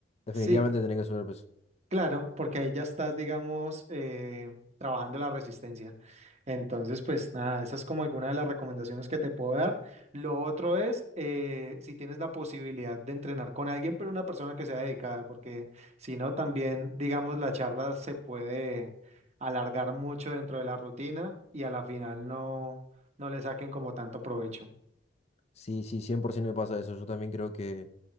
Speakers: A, on the left; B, on the right.
A: Definitivamente
B: sí,
A: tenés que subir el peso.
B: Claro, porque ahí ya estás, digamos, eh, trabajando la resistencia. Entonces, pues nada, esa es como alguna de las recomendaciones que te puedo dar. Lo otro es, eh, si tienes la posibilidad de entrenar con alguien, pero una persona que sea dedicada, porque si no, también, digamos, la charla se puede alargar mucho dentro de la rutina y a la final no, no le saquen como tanto provecho.
A: Sí, sí, 100% me pasa eso. Yo también creo que,